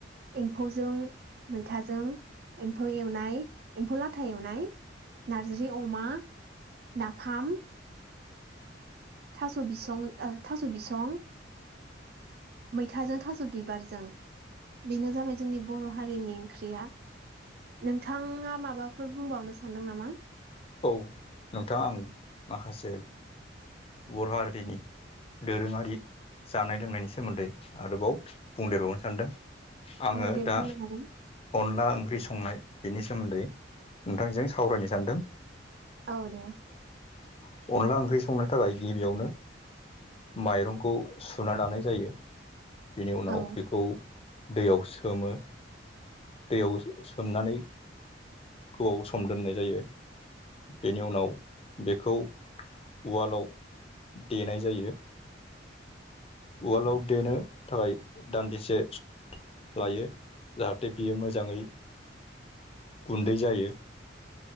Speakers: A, on the right; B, on the left.
A: एम्फौजों मैथाजों एम्फौ एवनाय एम्फौ लाथा एवनाय नारजि अमा नाफाम थास' बिसं ओ थास' बिसं मैथाजों थास' बिबारजों बेनो जाबाय जोंनि बर' हारिनि ओंख्रिया नोंथाङा माबाफोर बुंबावनो सानदों नामा?
B: औ नोंथाङा आं माखासे बर' हारिनि दोरोङारि जानाय लोंनायनि सोमोन्दै आरोबाव बुंदेरबावनो सानदों। आङो
A: औ दे
B: दा
A: बुंनो हागोन
B: अनला ओंख्रि संनाय बेनि सोमोन्दै नोंथांजों सावरायनो सानदों।
A: औ दे
B: अनदला ओंख्रि संनो थाखाय गिबियावनो माइरंखौ सुना लानाय जायो। बेनि उनाव
A: औ
B: बेखौ दैयाव सो सोमो दैयाव सोमनानै गोबाआव सम दोननाय जायो बेनि उनाव बेखौ उवालाव देनाय जायो। उवालआव देनो थाखाय दान्दिसे स लायो जाहाथे बियो मोजाङै गुन्दै जायो